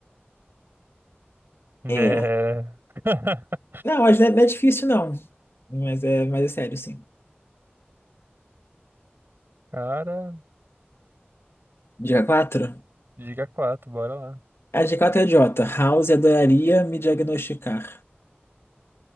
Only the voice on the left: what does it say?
É.
Não, mas não é, não é difícil, não. Mas é, mas é sério, sim.
Dica quatro,
A dica 4 é idiota. House adoraria me diagnosticar.